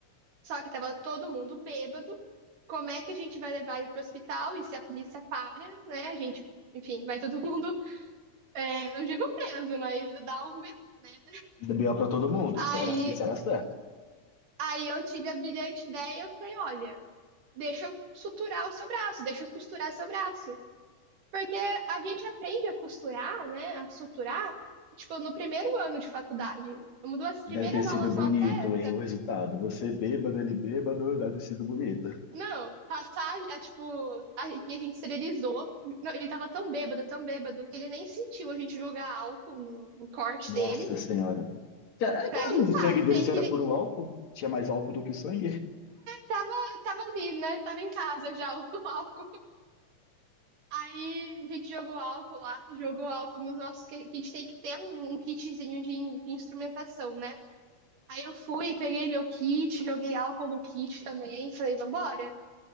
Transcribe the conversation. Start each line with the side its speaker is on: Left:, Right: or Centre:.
Right: Só que tava todo mundo bêbado. Como é que a gente vai levar ele pro hospital? E se a polícia para, né? A gente, enfim, vai todo mundo, é, não digo preso, mas dá um belo, né?
Left: B.O. pra todo mundo,
Right: Aí,
Left: isso era, isso era certo.
Right: aí eu tive a brilhante ideia, eu falei, olha, deixa eu suturar o seu braço, deixa eu costurar seu braço. Porque a gente aprende a costurar, né, a suturar, tipo, no primeiro ano de faculdade. Uma das primeiras
Left: Deve ter sido
Right: aulas
Left: bonito,
Right: nossas é,
Left: hein, o resultado. Você bêbado, ele bêbado, deve ter sido bonito.
Right: não, passar, é, tipo, a, e a gente esterilizou. Não, ele tava tão bêbado, tão bêbado, que ele nem sentiu a gente jogar álcool no, no corte
Left: Nossa
Right: dele
Left: senhora. É
Right: pra
Left: claro,
Right: limpar.
Left: o sangue deles
Right: Tem que,
Left: era
Right: ele
Left: puro álcool. Tinha mais álcool do que sangue.
Right: tava, tava ali, né, tava em casa já <laughs> o álcool. Aí a gente jogou álcool lá, jogou álcool nos nossos. que A gente tem que ter um, um kitzinho de, in- de instrumentação, né? Aí eu fui, peguei meu kit, joguei álcool no kit também, falei, vambora.